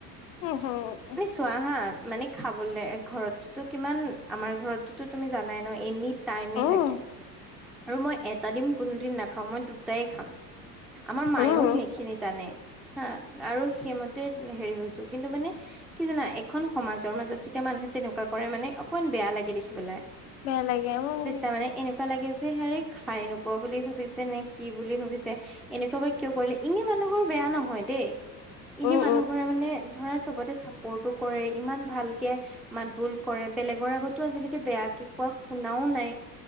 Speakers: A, on the left; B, in the centre.
A: হু হু উ
B: চোৱাহা মানে খাবলে ঘৰততোটো কিমান আমাৰ ঘৰতো তুমি জানাই ন এনি টাইমে
A: উম,
B: থাকে আৰু মই এটা দিম কোনো দিন নাখাওঁ মই দুট টাই খাম আমাৰ মায়েও
A: উম,
B: সেই খিনি জানে হা আৰু সেইমতে হেৰি হৈছো কিন্তু মানে কি জানা এখন সমাজৰ মাজত যেতিয়া মানুহে তেনেকুৱা কৰে মানে অকমান বেয়া লাগে দেখিবলে,
A: বেয়া লাগে উম,
B: বুইছা মানে এনেকুৱা এনেকুৱা লাগে যে হেৰি খাই নোপোৱা বুলি ভাবিছে নে কি বুলি ভাবিছে? এনেকুৱা বা কিয় কৰিলে এনেই মানুহবোৰ বেয়া নহয় দেই। এনে
A: উম,
B: মানুহ ঘৰে মানে ধৰা চবতে চাপৰ্টো কৰে ইমান ভালকে মাত বোল কৰে বেলেগৰ আগতো আজিলৈকে বেয়াকে কোৱা শুনাও নাই।